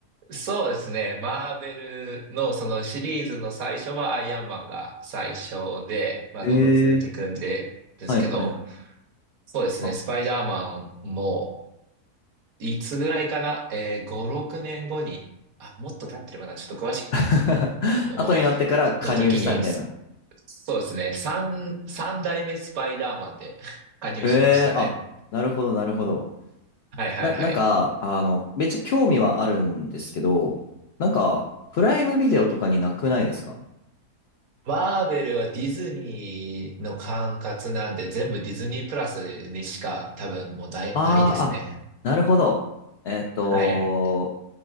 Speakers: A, on the right (about 65°); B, on the left (about 85°).
A: そうですね。マーベルのそのシリーズの最初はアイアンマンが最初で、まあどんどん続いていくんで、
B: ええ
A: ですけど、
B: はいはいはい。
A: そうですね。
B: あ
A: スパイダーマンも、いつぐらいかなえー、5、6年後に、あ、もっと経ってるかなちょっと詳しい
B: <laughs>
A: けども、
B: 後になってから加入したみたいな。
A: の時に、そそうですね。3、三代目スパイダーマンで <laughs> 加入しましたね。
B: ええあ、なるほどなるほど。
A: はいはいはい。
B: な、なんか、あの、めっちゃ興味はあるんですけど、なんか、プライムビデオとかになくないですか
A: マーベルはディズニーの管轄なんで、全部ディズニープラスにしか多分もうない、
B: あああ、
A: ないですね。
B: なるほど。えーっと、
A: はい。